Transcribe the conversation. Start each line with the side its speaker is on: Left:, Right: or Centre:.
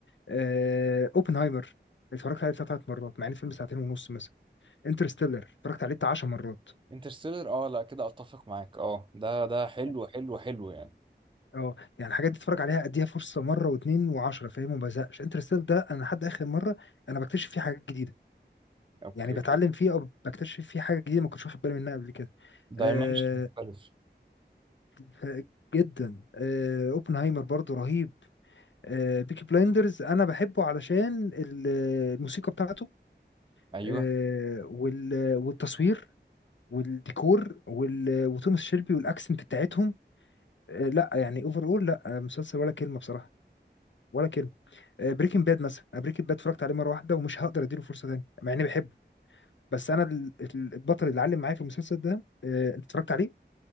Left: آه، اوبنهايمر اتفرجت عليه بتاع ثلاث مرات مع ان الفيلم ساعتين ونص مثلا انترستيلر اتفرجت عليه بتاع 10 مرات
Right: انترستيلر اه لا كده اتفق معاك اه ده ده حلو
Left: يعني
Right: حلو حلو يعني
Left: اه يعني الحاجات دي اتفرج عليها اديها فرصه مره واثنين وعشرة فاهم وما بزهقش انترستيلر ده انا لحد اخر مره انا بكتشف فيه حاجات جديده
Right: اوكي
Left: يعني بتعلم فيه او بكتشف فيه حاجه جديده ما كنتش واخد بالي منها قبل كده
Right: دايمنشن
Left: آه
Right: مختلف
Left: ف- جدا آه اوبنهايمر برضو رهيب آه بيكي بلايندرز انا بحبه علشان ال- الموسيقى بتاعته
Right: ايوه
Left: آه وال والتصوير والديكور وال وتوماس شيلبي والاكسنت بتاعتهم آه لا يعني اوفر اول لا آه، مسلسل ولا كلمه بصراحه ولا كلمه بريكنج باد مثلا انا بريكنج باد اتفرجت عليه مره واحده ومش هقدر اديله فرصه تانيه مع اني بحبه بس انا ال- ال- البطل اللي علم معايا في المسلسل ده آه، انت اتفرجت عليه